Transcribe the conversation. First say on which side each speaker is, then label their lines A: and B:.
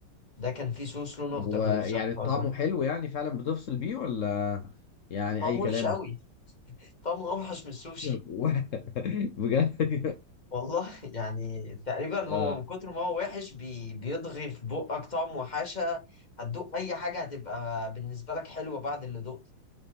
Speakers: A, on the left; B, on the left.
A: ده كان فيه صوص لونه
B: طب
A: أخضر
B: هو
A: للشبهار
B: يعني طعمه
A: ده
B: حلو يعني فعلا بتفصل بيه ولا يعني
A: طعمه
B: أي
A: وحش
B: كلام؟
A: قوي طعمه أوحش من السوشي
B: <laughs> و- بجد <laughs>
A: والله <laughs> يعني تقريبا هو
B: آه،
A: من كتر ما هو وحش بي بيضغي في بقك طعم وحشة هتدوق أي حاجة هتبقى بالنسبة لك حلوة بعد اللي دقته